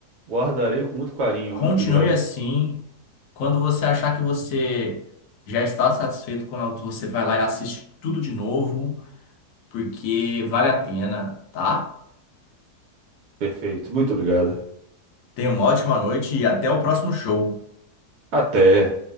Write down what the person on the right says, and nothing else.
Guardarei com muito carinho.
Muito obrigado.
Perfeito. Muito obrigado.
Até.